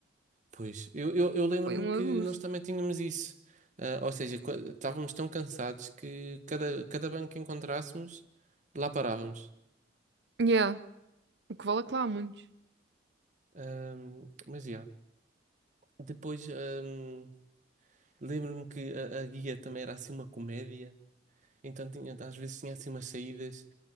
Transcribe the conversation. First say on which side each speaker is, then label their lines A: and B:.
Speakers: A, on the right; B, on the right.
A: Pois, eu, eu, eu lembro-me
B: Foi um
A: que
B: abuso.
A: nós também tínhamos isso. Ah, ou seja, qua- estávamos tão cansados que cada, cada banco que encontrássemos, lá parávamos.
B: Yeah. O que vale é que lá há muitos.
A: Ahm, mas, já Depois, ahm, lembro-me que a, a guia também era assim uma comédia. Então tinha, às vezes tinha assim umas saídas,